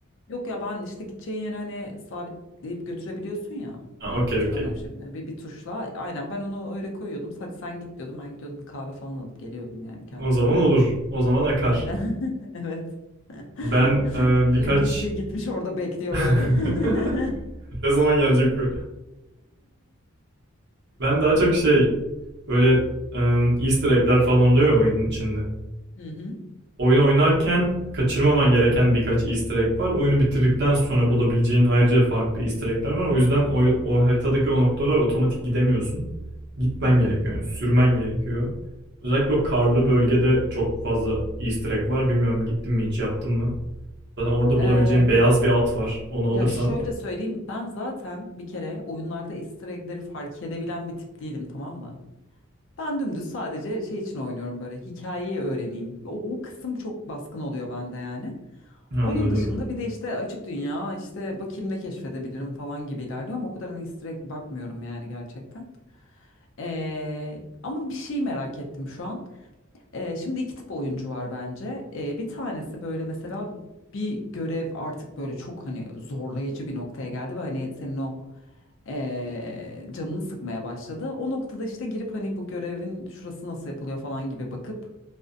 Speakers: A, on the left; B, on the right.
A: Yok ya ben işte gideceğin yere hani sabitleyip götürebiliyorsun ya.
B: ha, okey
A: Hatırlamıyorum
B: okey.
A: şimdi. Bir, bir tuşla. Aynen ben onu öyle koyuyordum. Hadi sen git diyordum. Ben gidiyordum bir kahve falan alıp geliyordum yani kendime.
B: O zaman olur. O zaman akar.
A: Aynen. <laughs> Evet. <laughs>
B: Ben
A: İşte
B: e, birkaç...
A: NPC gitmiş orada bekliyor
B: <laughs>
A: böyle. <laughs>
B: ne zaman gelecek bu? Ben daha çok şey böyle e, easter egg'ler falan oluyor oyunun içinde.
A: Hı hı,
B: Oyunu oynarken kaçırmaman gereken birkaç easter egg var. Oyunu bitirdikten sonra bulabileceğin ayrıca farklı easter egg'ler var. O yüzden o, o haritadaki o noktalar otomatik gidemiyorsun. Gitmen
A: hı hı.
B: gerekiyor. yani sürmen gerekiyor. Özellikle o
A: Evet.
B: karlı bölgede çok fazla easter egg var. Bilmiyorum gittim mi hiç yaptım mı? Zaten orada
A: Ee,
B: bulabileceğin beyaz bir at var. Onu alırsan
A: ya şöyle söyleyeyim ben zaten bir kere oyunlarda easter egg'leri fark edebilen bir tip değilim tamam mı? Ben dümdüz sadece şey için oynuyorum böyle hikayeyi öğreneyim. O, o kısım çok baskın oluyor bende yani.
B: anladım.
A: Onun dışında bir de işte açık dünya işte bakayım ne keşfedebilirim falan gibi ilerliyorum. O kadar hani easter egg bakmıyorum yani gerçekten. Ee, ama bir şey merak ettim şu an. Ee, şimdi iki tip oyuncu var bence. Ee, bir tanesi böyle mesela bir görev artık böyle çok hani zorlayıcı bir noktaya geldi ve hani senin o ee, canını sıkmaya başladı. O noktada işte girip hani bu görevin şurası nasıl yapılıyor falan gibi bakıp